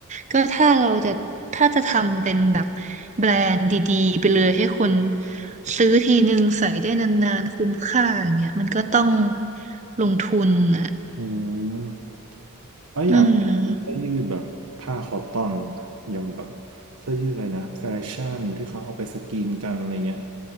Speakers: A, on the right (about 35°); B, on the right (about 85°).
A: ก็ถ้าเราจะถ้าจะทำเป็นแบบแบรนด์ดีๆไปเลยให้คนซื้อทีนึงใส่ได้นานๆคุ้มค่าอย่างเงี้ยมันก็ต้องลงทุนอ่ะ
B: อืมแล้วอใช่ย่าง
A: อืม
B: เสื้อยืดแบบผ้าคอตตอนล่ะอย่างแบบเสื้อยืดอะไรนะแฟชั่นที่เขาเอาไปสกรีนกันอะไรเงี้ย